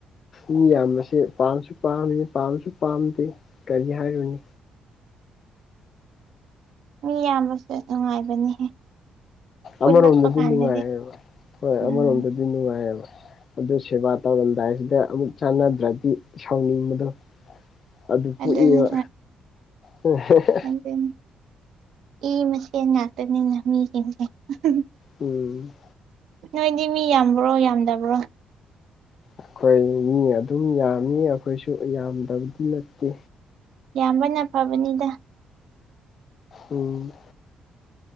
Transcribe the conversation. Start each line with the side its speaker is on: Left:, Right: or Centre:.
Left: ꯃꯤ ꯌꯥꯝꯕꯁꯦ ꯄꯥꯝꯁꯨ ꯄꯥꯝꯃꯤ ꯄꯥꯝꯁꯨ ꯄꯥꯝꯗꯦ ꯀꯔꯤ ꯍꯥꯏꯔꯨꯅꯤ
Right: ꯃꯤ ꯌꯥꯝꯕꯁꯦ ꯅꯨꯡꯉꯥꯏꯕꯅꯤꯍꯦ ꯄꯨꯜꯂꯛꯄ
Left: ꯑꯃꯔꯣꯝꯗꯗꯤ
Right: ꯀꯥꯟꯗꯗꯤ
Left: ꯅꯨꯡꯉꯥꯏꯌꯦꯕ ꯍꯣꯏ
Right: ꯎꯝ
Left: ꯑꯃꯔꯣꯝꯗꯗꯤ ꯅꯨꯡꯉꯥꯏꯌꯦꯕ ꯑꯗꯨ ꯁꯦꯕꯥ ꯇꯧꯔꯝꯗꯥꯏꯁꯤꯗ ꯑꯃꯨꯛ ꯆꯥꯟꯅꯗ꯭ꯔꯗꯤ ꯁꯥꯎꯅꯤꯡꯕꯗꯣ ꯑꯗꯨ ꯄꯣꯛꯏꯕ
Right: ꯑꯗꯨꯅꯤ
Left: <unintelligible>
Right: ꯍꯣꯏꯅꯦ ꯏ ꯃꯁꯦꯟ ꯉꯥꯛꯇꯅꯤꯅ ꯃꯤꯁꯤꯡꯁꯦ <unintelligible>
Left: ꯎꯝ
Right: ꯅꯣꯏꯗꯤ ꯃꯤ ꯌꯥꯝꯕ꯭ꯔꯣ ꯌꯥꯝꯗꯕ꯭ꯔꯣ
Left: ꯑꯈꯣꯏ ꯃꯤ ꯑꯗꯨꯝ ꯌꯥꯝꯃꯤ ꯑꯈꯣꯏꯁꯨ ꯌꯥꯝꯗꯕꯗꯤ ꯅꯠꯇꯦ
Right: ꯌꯥꯝꯕꯅ ꯐꯕꯅꯤꯗ
Left: ꯎꯝ